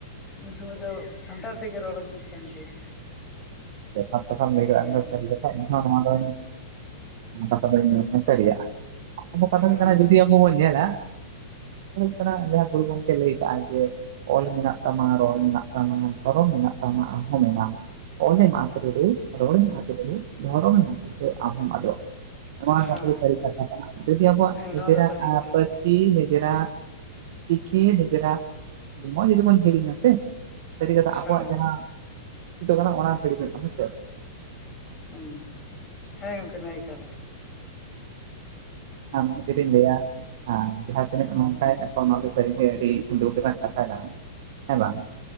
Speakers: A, on the left; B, on the right.
A: ᱩᱱ ᱥᱩᱚᱢᱚᱭ ᱫᱚ ᱥᱟᱱᱛᱟᱲ ᱛᱮᱜᱮ ᱨᱚᱲ ᱩᱪᱤᱛ ᱠᱟᱱ ᱛᱟᱭᱟ᱾
B: ᱡᱚᱛᱷᱟᱛ ᱠᱟᱛᱷᱟᱢ ᱞᱟᱹᱭ ᱠᱮᱫᱟᱼᱼ
A: ᱦᱮᱸ
B: ᱤᱧ ᱱᱚᱣᱟ ᱫᱚ ᱠᱟᱛᱷᱟ ᱫᱚ ᱢᱮᱱ ᱥᱟᱨᱤᱣᱟᱜᱼᱟ ᱠᱟᱛᱷᱟ ᱦᱩᱭᱩᱜ
A: ᱦᱮᱸ
B: ᱠᱟᱱᱟ ᱡᱩᱫᱤᱼᱼ ᱟᱵᱚ ᱵᱚᱱ ᱧᱮᱞᱟ ᱦᱩᱭᱩᱜ ᱠᱟᱱᱟ ᱡᱟᱦᱟᱸ ᱜᱩᱨᱩ ᱜᱚᱝᱠᱮ ᱞᱟᱹᱭ ᱠᱟᱜᱼᱟ ᱡᱮᱼᱼ ᱚᱞ ᱢᱮᱱᱟᱜ ᱛᱟᱢᱟ ᱨᱚᱲ ᱢᱮᱱᱟᱜ ᱛᱟᱢᱟ ᱫᱷᱚᱨᱚᱢ ᱢᱮᱱᱟᱜ ᱛᱟᱢᱟ ᱟᱢᱦᱚᱸ ᱢᱮᱱᱟᱢᱟ᱾ ᱚᱞ ᱮᱢ ᱟᱫ ᱞᱮᱨᱮ‌, ᱨᱚᱨ ᱮᱢ ᱟᱫ ᱞᱮᱨᱮ, ᱫᱷᱚᱨᱚᱢ ᱟᱫ ᱞᱮᱨᱮ ᱟᱢ ᱦᱚᱢ ᱟᱫᱚᱜᱼᱟ᱾ ᱱᱚᱣᱟ
A: ᱦᱮᱸ
B: ᱠᱟᱛᱷᱟ ᱫᱚ ᱥᱟᱹᱨᱤ ᱠᱟᱛᱷᱟ ᱠᱟᱱᱟ ᱡᱩᱫᱤ ᱟᱵᱚᱣᱟᱜ
A: ᱦᱮᱸ
B: ᱱᱤᱡᱮᱨᱟᱜ
A: ᱱᱚᱣᱟ ᱫᱚ ᱥᱟᱹᱨᱤ ᱠᱟᱛᱷᱟ
B: ᱯᱟᱨᱥᱤᱼᱼ ᱴᱤᱠᱤ ᱱᱤᱡᱨᱟ ᱪᱤᱠᱤ ᱱᱤᱡᱨᱟᱢ ᱚᱜᱚᱭ ᱡᱫᱤ ᱵᱚᱱ ᱦᱤᱲᱤᱧᱟ ᱥᱮᱼᱼ ᱥᱟᱹᱨᱤ ᱠᱟᱛᱮ ᱟᱵᱚᱣᱟᱜ
A: ᱦᱮᱸ
B: ᱡᱟᱦᱟᱸ ᱪ ᱠᱟᱱᱟ ᱚᱱᱟ ᱦᱤᱲᱤᱧᱚᱜᱼᱟ ᱦᱮᱸᱥᱮ,
A: ᱦᱩᱸ ᱦᱮᱸ ᱜᱚᱝᱠᱮ ᱱᱟ ᱮᱠᱟᱞ ᱮᱠᱟᱞ᱾
B: ᱟᱢ ᱛᱤᱨᱮᱢ ᱞᱟᱹᱭᱟ᱾ ᱡᱟᱦᱟᱸ ᱛᱤᱱᱟᱹᱜ ᱱᱝᱠᱟᱭᱫᱟ ᱚᱱᱟ ᱫᱚ ᱥᱟᱨᱤ ᱟᱹᱰᱤ ᱫᱩᱠ ᱨᱮᱱᱟᱜ ᱠᱟᱛᱷᱟ ᱠᱟᱱᱟ ᱦᱮᱸ ᱵᱟᱝ?